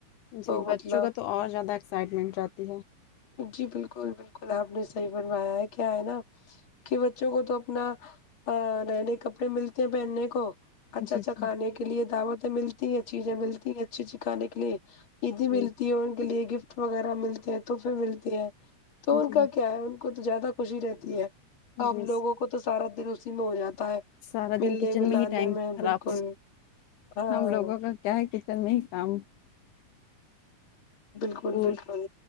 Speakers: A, on the left (about 80°); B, on the left (about 40°).
A: جی
B: تو
A: بچوں
B: مطلب
A: کا تو اور زیادہ ایکسائٹمنٹ رہتی ہے
B: جی بالکل بالکل آپ نے صحیح بنوایا ہے کیا ہے نا کہ بچوں کو تو اپنا نئے نئے کپڑے ملتے ہیں پہننے کو اچھا
A: جی
B: اچھا
A: جی
B: کانے کے لیے دعوتیں ملتی ہیں چیزیں ملتی ہیں اچھی اچ کانے کے لیے عیدی
A: جی
B: ملتی ہے ان کے لیے گفٹ وغیرہ ملتے ہیں تحفے ملتے ہیں تو ان
A: جی
B: کا کیا ہے کو تو زیادہ خوشی رہتی ہے ہم
A: جی
B: لوگوں کو تو سارا دن اسی میں ہو جاتا ہے
A: سارا
B: ملنے
A: دن کچن
B: ملانے
A: میں ہی ٹائم
B: میں
A: خراب
B: بالکل ہاں
A: ہم لوگوں کا کیا ہے کے کچن میں ہی کام
B: بالکل
A: پور
B: بالکل